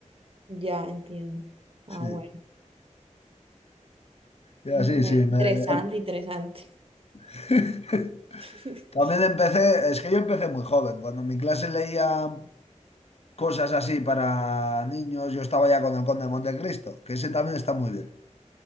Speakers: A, on the right; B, on the left.
A: ya entiendo. Ah,
B: Sí.
A: bueno.
B: Ya
A: Bien,
B: sí, sí.
A: Interesante,
B: me- em-
A: interesante.
B: <laughs>
A: <laughs>
B: También empecé, es que yo empecé muy joven. Cuando en mi clase leía cosas así para niños, yo estaba ya con el Conde de Montecristo, que ese también está muy bien.